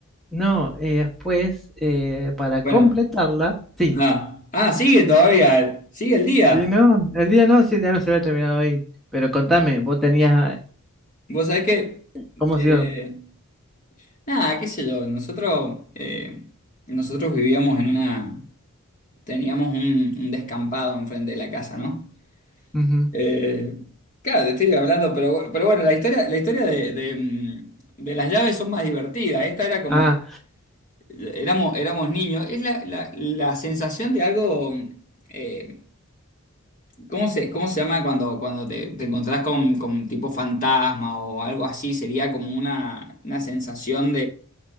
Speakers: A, in the centre; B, on the left.
A: no, eh, después, eh, para
B: Bueno,
A: completarla, sí.
B: ah, ah, sigue todavía, sigue el día.
A: Sí, no, el día no, sí, el día no se había terminado ahí. Pero contame, vos tenías
B: Vos sabés que
A: ¿Cómo ha
B: eh,
A: sido?
B: Nada, qué sé yo, nosotros, eh, nosotros vivíamos en una, teníamos un, un descampado enfrente de la casa, ¿no?
A: Ujú.
B: Eh, claro, te estoy hablando, pero, pero bueno, la historia, la historia de, de, mm, de las llaves son más divertidas. Esta era como,
A: Ah,
B: éramos, éramos niños, es la, la- la sensación de algo, eh, ¿cómo se, cómo se llama cuando, cuando te, te encontrás con, con tipo fantasma o algo así? Sería como una, una sensación